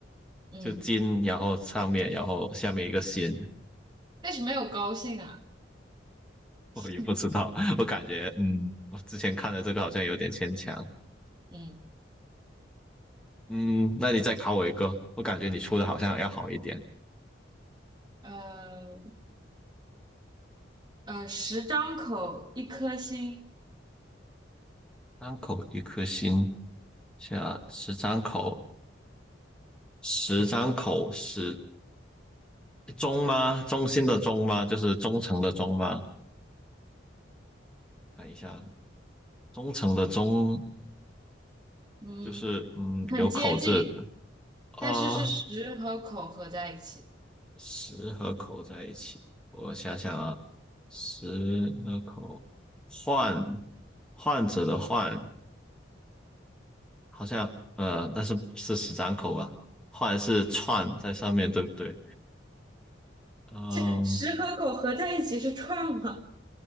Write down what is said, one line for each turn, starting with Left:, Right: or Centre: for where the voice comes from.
Right: 嗯，
Centre: 就今，然后上面，然后下面一个心，
Right: 但是没有高兴啊，
Centre: <laughs> 我也不知道，
Right: <laughs>
Centre: <laughs> 我感觉，嗯，我之前看的这个好像有点牵强。
Right: 嗯
Centre: 嗯，那你再考我一个，我感觉你出的好像要好一点。
Right: 呃呃，十张口一颗心，
Centre: 张口一颗心，下十张口，十张口，十中吗？中心的中吗？就是忠诚的忠吗？看一下，
Right: 嗯，
Centre: 忠诚的忠
Right: 嗯，
Centre: 就是嗯，
Right: 很接近，
Centre: 有口字啊，
Right: 但是是十和口合在一起，
Centre: 十和口在一起。我想想啊，十和口，患患者的患，好像呃，但是是十张口吧？患是串在上面，对不对？嗯，
Right: <laughs> 十和口合在一起是串吗？